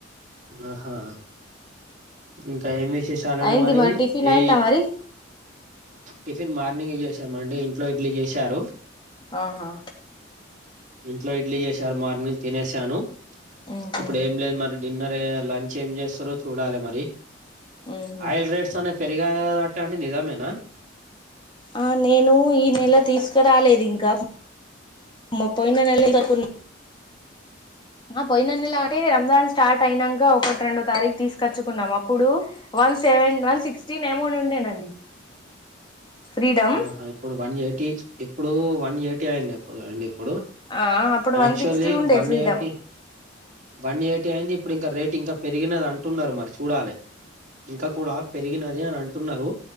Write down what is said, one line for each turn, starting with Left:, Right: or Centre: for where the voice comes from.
Right: ఆహా ఇంకా ఏమి విశేషాలండి
Left: అయింది
Right: మరి
Left: టిఫిన్
Right: ఏ
Left: అయిందా మరి
Right: టిఫిన్ మార్నింగ్ చేసా మండి ఇంట్లో ఇడ్లీ చేశారు
Left: ఆహా
Right: ఇంట్లో ఇడ్లీ చేసారు మార్నింగ్ తినేసాను
Left: ఉహు
Right: ఇప్పుడు ఏం లేదు మరి డిన్నర్ లంచ్ ఏం చేస్తారో చూడాలి మరి
Left: ఉహు
Right: ఆయిల్ రేట్స్ అనే పెరిగా అంత నిజమేనా
Left: ఆ నేను ఈ నెల తీసుకురాలేదు ఇంకా మో పోయిన నేల సరుకుంద్ ఆ పోయిన నేలా అంటే రంజాన్ స్టార్ట్ అయినాక ఒక ఒకటి రెండో తారీకు తీసుకొచ్చుకున్నాం. అప్పుడు వన్ సెవెన్ వన్ సిక్స్టీన్ ఏమోని ఉండేనండి. ఫ్రీడమ్
Right: ఆహా ఇప్పుడు వన్ ఎయిటీ ఇప్పుడు వన్ ఎయిటీ అయింది ఇప్పుడు అండి ఇప్పుడు
Left: ఆ అప్పుడు
Right: యాక్చువల్లీ
Left: వన్ సిక్స్టీ ఉండే
Right: one
Left: freedom
Right: eighty one eighty అయింది. ఇప్పుడు ఇంకా రేట్ ఇంకా పెరిగినది అంటున్నారు. మరి చూడాలి ఇంకా కూడా పెరిగినది అని అంటున్నారు.